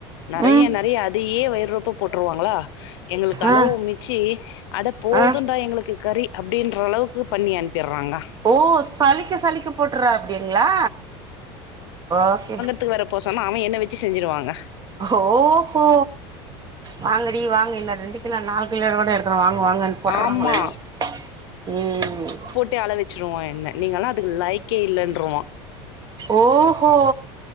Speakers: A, on the left (about 85°); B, on the right (about 30°).
A: நறைய
B: ம்
A: நறைய அதையே வயிரொப்ப போட்ருவாங்ளா எங்குளுக்கு அளவுமிச்சி
B: ஆ
A: அட போதுன்டா
B: ஆ
A: எங்குளுக்கு கறி அப்டின்ற அளவுக்கு பண்ணி அனுப்பிறாங்க
B: ஓ சலிக்க சலிக்க போட்டுர்ற அப்டிங்களா ஓகே
A: த்து வேற போசாம அவே என்ன வச்சு செஞ்சிருவாங்க
B: ஹோ ஹோ வாங்கடி வாங்க இன்னு ரெண்டு கிலோ நாலு கிலோ கூட எடுத்துடு வாங்க வாங்கன் போட்றாங்களனு
A: ஆமா
B: ம்
A: டே அழ வச்சிருவா என்ன நீங்களா அதுக்கு லாய்க்கே இல்லன்ட்ருவா
B: ஓஹோ